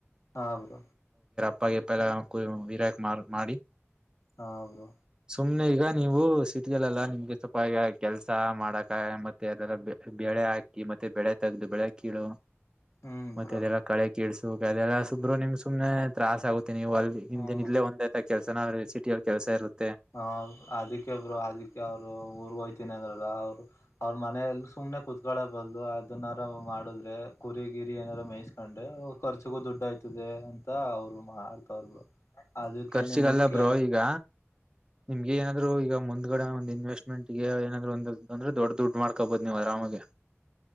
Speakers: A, on the left (about 75°); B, on the right (about 15°).
A: ಹಾ ಭ್ರೂ
B: ಪ್ಪ ಪಲ್ಲ ವರಕ್ ಮಾರ್ ಮಾಡಿ
A: ಹಾ ಬ್ರೋ
B: ಸುಮ್ನೆ ಈಗ ನೀವು ಸಿಟಿಲ್ಲೆಲ್ಲಾ ನಿಮ್ಗೆ ಸ್ವಪ ಕೆಲ್ಸ ಮಾಡಕ ಮತ್ತೆ ಅದೆಲ್ಲ ಬೆ ಹಾಕಿ ಮತ್ತೆ ಬೆಳೆ ತೆಗೆಗ್ದು ಬೆಳೆ ಕೀಳು
A: ಹ್ಮ್
B: ಮತ್ತೆ
A: ಬ್ರೋ
B: ಅದೆಲ್ಲಾ ಕಳೆ ಕಿಡಸು ಅದೆಲ್ಲ ಇಬ್ಬರು ನಿಮ್ಗೆ ಸು್ನೆ ತತ್ರಾಸ ಆಗುತ್ತೆ ನೀವು ಅಲ್ಲಿ ನಿಮ್ದನ್
A: ಹ್ಮ
B: ಇಲ್ಲೇ ಒಂದೇ ಕೆಲಸನ ಸಿಟಿಯಲ್ಲಿ ಕೆಲಸ ಇರುತ್ತೆ
A: ಹ ಅದಕ್ಕೆಬ್ರು ಅದಿಕ್ಕೆ ಅವ್ರು ಊರ್ಗ ಹಯ್ತೀನಿ ಅಂದ್ರಲ್ಲ ಅವ್ರು ಅವ್ರ ಮನಲ್ಲ ಸುಮ್ನೆ ಕುೂತ್ಕೊಳ್ಳಬಾರದು ಅದನಾರ ಮಾಡುದ್ರೆ ಕುರಿ ಗಿರಿ ಏನಾರ ಮೇಯಸ್ ಅಂದ್ರೆ ಖರ್ಚಗೂ ದುಡ್ ಆಯ್ತದೆ ಅಂತ ಅವರು ಮಾಡ್ತವ್ರಬರು ಅದಕ್ಕೆ
B: ಖರ್ಚಿಗಲ್ಲ
A: ನಿಮಂದ ಕ
B: ಬ್ರೋ ಈಗ ನಿಮ್ಗೆ ಏನಾದ್ರು ಈಗ ಮುಂದ ಈಡ ಒಂದು ಇನ್ವೆಸ್ಟ್ಮೆಂಟ್ ಏನಾದರು ಒಂದು ಅಂದ್ರೆ ದೊಡ್ ದುಡ್ ಮಾಡ್ಕೋಬಹದು ನೀವು ಆರಾಮಾಗ